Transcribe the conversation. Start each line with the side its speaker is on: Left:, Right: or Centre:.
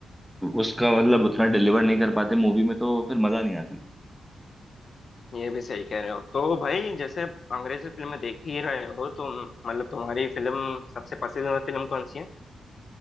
Centre: उसका मतलब उतना डिलीवर नहीं कर पाते मूवी में तो फिर मजा नहीं आती
Left: ये भी सही कह रहे हो तो भाई जैसे आप अंग्रेजी फिल्में देख ही रहे हो तो मतलब तुम्हारी फिल्म सबसे पसंदीदा फिल्म कौन सी है